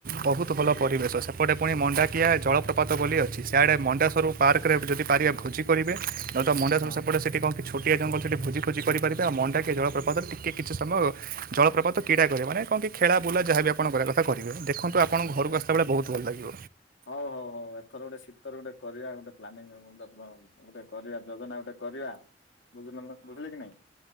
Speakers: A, on the right; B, on the left.
A: ବୋହୁତ ଭଲ ପରିବେଶ। ସେପଟେ ପୁଣି ମଣ୍ଡାଖିଆ ଜଳପ୍ରପାତ ବୋଲି ଅଛି। ସାଡ଼େ ମଣ୍ଡା ସ୍ୱରୂପ ପାର୍କ ରେ ଯଦି ପାରିବେ ଭୋଜି କରିବେ। ନହଲେ ତ ମଣ୍ଡାସ୍ୱର
B: ହଁ
A: ସେପଟେ ସେଠି କଣ କି ଛୋଟିଆ ଜଙ୍ଗଲ ସେଠି ଭୋଜି ଫୋଜି କରିପାରିବେ। ଆଉ ମଣ୍ଡାଖିଆ ଜଳପ୍ରପାତରେ ଟିକେ କିଛି ସମୟ ଜଳପ୍ରପାତ କ୍ରୀଡ଼ା କରିବେ। ମାନେ କଣ କି ଖେଳା ବୁଲା ଯାହାବି ଆପଣ କରିବା କଥା କରିବେ। ଦେଖନ୍ତୁ ଆପଣଙ୍କ
B: ଆଚ୍ଛା
A: ଘରକୁ
B: ଆଚ୍ଛା
A: ଆସିଲ ବେଳେ ବହୁତ ଭଲ ଲାଗିବ।
B: ହଉ, ହଉ, ହଉ, ଏଥର ଗୋଟେ ଶୀତରେ ଗୋଟେ କରିବା ଗୋଟେ ପ୍ଲାନିଂ ଗୋଟେ କରିବା ଯୋଜନା ଗୋଟେ କରିବା। ବୁଝ ବୁଝିଲେ କି ନାଇଁ।